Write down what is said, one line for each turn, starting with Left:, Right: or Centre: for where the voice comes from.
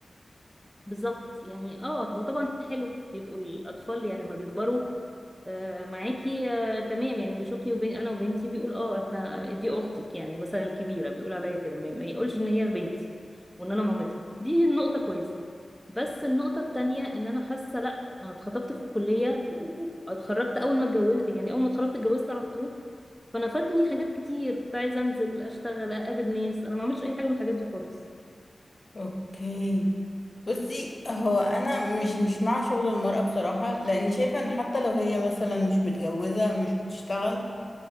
Centre: بالظبط يعني اه هو طبعا حلو بيبقوا الاطفال يعني لما بيكبروا آه معاكي آه تمام يعني بيشوفني وبين انا وبنتي بيقول اه احنا دي اختك يعني مثلا الكبيره بيقول عليا كده ما ما يقولش ان هي بنتي وان انا مامتها دي النقطه كويسه بس النقطه التانية ان انا حاسه لا انا اتخطبت في الكليه و- و- واتخرجت اول ما اتجوزت يعني اول ما اتخرجت اتجوزت على طول فانا فاتني حاجات كتير كنت عايزه انزل اشتغل اقابل ناس انا ما عملتش اي حاجه من الحاجات دي خالص
Left: اوكي بصي هو انا مش مش مع شغل المرأة بصراحة لان شايفة ان حتى لو هي مثلا مش متجوزة مش بتشتغل